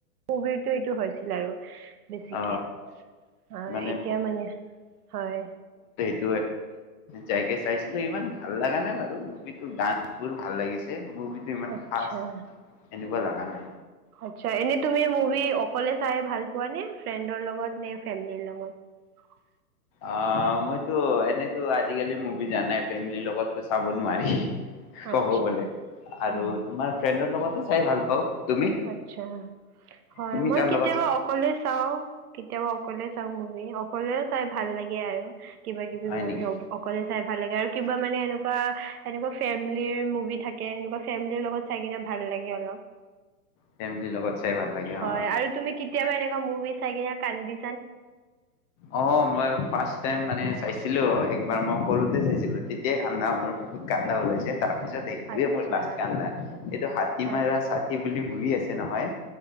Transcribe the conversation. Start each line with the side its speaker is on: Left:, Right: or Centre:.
Right: <unintelligible> এইটো হৈছিল আৰু বেছিকে
Left: অ
Right: অ
Left: মানে
Right: এতিয়া মানে হয়
Left: <unintelligible> সেই যাইকে চাইছিলে ইমান ভাল লগা নাই বাৰু মুভিটো গান বোৰ ভাল লাগিছে মুভিটো ইমান
Right: আচছা
Left: খাচ এনেকুৱা লগা নাই
Right: আচছা এনেই তুমি মুভি অক অকলে চাই ভাল পোৱা নে ফ্ৰেণ্ডৰ লগত নে ফেমিলিৰ লগত
Left: অ মইতো এনেতো আজিকালি মুভি জানাই ফেমিলিৰ লগততো চাব নোৱাৰি ক'ব
Right: আচ্ছা
Left: গ'লে আৰু
Right: হয়
Left: তোমাৰ ফ্ৰেণ্ডৰ লগত চাই ভাল পাওঁ তুমি
Right: আচ্ছা হয়
Left: তুমি
Right: মই
Left: কাৰ
Right: কেতিয়াবা
Left: লগত
Right: অকলে চাও কেতিয়াবা অকলে চাও মুভি অকলে চাই ভাল লাগে আৰু কিবা কিবি
Left: হয়
Right: মুভি
Left: নেকি
Right: অ অকলে চাই ভাল লগে আৰু কিবা মানে এনেকুৱা এনেকুৱা ফেমেলি মুভি থাকে এনেকুৱা ফেমেলিৰ লগত চাই কিনে ভাল লাগে অলপ
Left: ফেমিলিৰ লগত চাই ভাল লাগে
Right: হয়
Left: অ
Right: আৰু তুমি কেতিয়াবা এনেকুৱা মুভি চাই কিনে কান্দি
Left: অ মই ফাৰ্ষ্ট টাইম মানে চাইছো ছিলো একবাৰ মই সৰুতেই চাইছিলো তেতিয়াই কান্দা মোৰ বহুত কান্দা ওলাইছে তাৰ পিছত এইটোৱে
Right: আচ্ছা
Left: মোৰ লাষ্ট কান্দা এইটো হাতী
Right: আচ্ছা
Left: মেৰা চাথি বুলি মুভি আছে যে নহয়